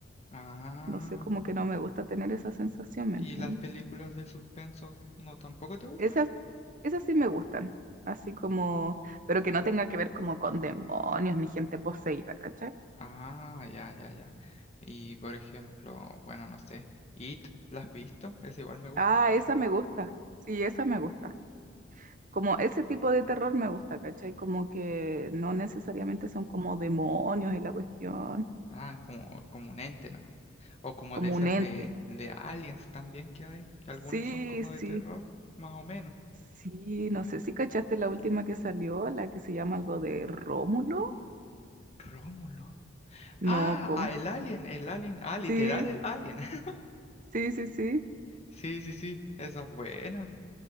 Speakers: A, on the left (about 35°); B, on the right (about 40°).
A: Ah,
B: No sé, como que no me gusta tener esa sensación, ¿me
A: ¿y
B: entiendes?
A: las películas de suspenso no tampoco te gustan?
B: Esas, esas sí me gustan. Así como, pero que no tenga que ver como con demonios ni gente poseída, ¿cachai?
A: Ah, ya, ya, ya. Y por ejemplo, bueno, no sé, It, ¿la has visto? Es igual me gusta.
B: Ah, esa me gusta. Sí, esa me gusta. Como ese tipo de terror me gusta, ¿cachai? Como que no necesariamente son como demonios y la cuestión,
A: Ah, es como, como un ente, ¿no? O como
B: como
A: de esas
B: un ente.
A: de, de aliens también que hay, que algunas
B: Sí,
A: son como
B: sí.
A: de terror, más o menos.
B: Sí, no sé si cachaste la última que salió, la que se llama algo de Rómulo.
A: Rómulo.
B: No,
A: Ah,
B: ¿cómo?
A: ah, el alien, el alien. Ah, literal
B: Sí,
A: el alien. <laughs>
B: sí, sí, sí.
A: Sí, sí, sí. Esa es buena.